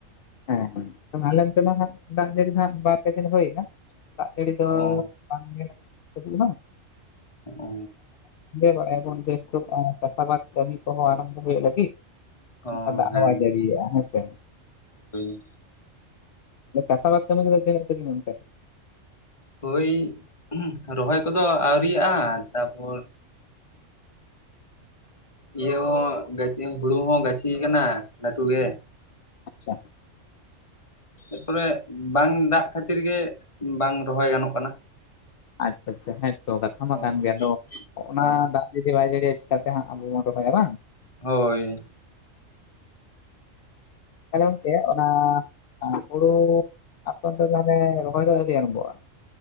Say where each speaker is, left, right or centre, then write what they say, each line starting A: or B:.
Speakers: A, on the left; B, on the left.
A: ᱦᱮᱸ ᱦᱮᱸ ᱟᱞᱮᱮᱱ ᱥᱮᱫ ᱫᱚ ᱦᱜ ᱫᱟᱜ ᱡᱟᱹᱲᱤ ᱦᱜ ᱵᱟᱨᱯᱮ ᱫᱤᱱ ᱦᱩᱭᱱᱟ ᱫᱟᱜ ᱡᱟᱹᱲᱤ ᱫᱚ
B: ᱚ
A: ᱵᱟᱝ ᱧᱮ ᱫᱷᱟᱹᱵᱤᱡ
B: ᱚ
A: ᱵᱟᱝ <inaudible> ᱮ <inaudible> ᱢᱚᱱᱫᱷᱮ ᱪᱟᱥ ᱟᱵᱟᱫ ᱠᱟᱹᱢᱤ ᱠᱚᱦᱚᱸ ᱟᱨᱟᱢᱵᱷᱚ ᱦᱩᱭᱩᱜ ᱞᱟᱹᱜᱤᱫ
B: ᱚ
A: ᱟᱨ ᱫᱟᱜᱦᱚ
B: ᱦᱮᱸ
A: ᱵᱟᱭ ᱡᱟᱲᱤᱭᱮᱜ-ᱟ ᱦᱮᱸ ᱥᱮ
B: <unintelligible>
A: ᱪᱟᱥᱟᱵᱟᱫ ᱠᱟᱹᱢᱤ ᱠᱚ ᱫᱚ ᱛᱤᱱᱟᱹᱜ ᱥᱟᱹᱜᱤᱧ ᱜᱚᱢᱠᱮ
B: ᱦᱳᱭ ᱨᱚᱦᱚᱭ ᱠᱚᱫᱚ ᱟᱹᱣᱨᱤᱭᱟᱜᱼᱟ ᱛᱟᱨᱯᱚᱨ ᱤᱭᱟᱹ ᱦᱚᱸ ᱦᱩᱲᱩ ᱦᱚᱸ ᱜᱟᱹᱪᱷᱤ ᱠᱟᱱᱟ ᱞᱟᱹᱴᱩ ᱜᱮ
A: ᱟᱪᱪᱷᱟ <unintelligible>
B: ᱮᱨᱯᱚᱨᱮ ᱵᱟᱝ ᱫᱟᱜ ᱠᱷᱟᱹᱛᱤᱨ ᱜᱮ ᱵᱟᱝ ᱨᱚᱦᱚᱭ ᱜᱟᱱᱚᱜ ᱠᱟᱱᱟ
A: ᱟᱪᱷᱟ ᱟᱪᱷᱟ ᱦᱮᱸᱛᱚ ᱠᱟᱛᱷᱟ ᱢᱟ
B: ᱦᱳᱭ
A: ᱠᱟᱱ ᱜᱮᱭᱟ ᱛ ᱚᱱᱟ
B: ᱦᱳᱭ
A: ᱫᱟᱜ ᱡᱩᱫᱤ ᱵᱟᱭ ᱡᱟᱲᱤᱭᱟ ᱪᱤᱠᱟᱹᱛᱮ ᱦᱟᱹᱜ ᱟᱵᱚᱵᱚᱱ ᱨᱚᱦᱚᱭᱟ ᱵᱟᱝ
B: ᱦᱳᱭ
A: ᱦᱮᱞᱳ ᱜᱚᱝᱠᱮ ᱚᱱᱟ ᱟᱨ ᱦᱩᱲᱩ ᱟᱯᱮ ᱚᱱᱛᱮ ᱫᱚ ᱛᱟᱦᱞᱮ ᱨᱚᱦᱚᱭ ᱫᱚ ᱟᱹᱰᱤ ᱟᱵᱷᱚᱜᱼᱟ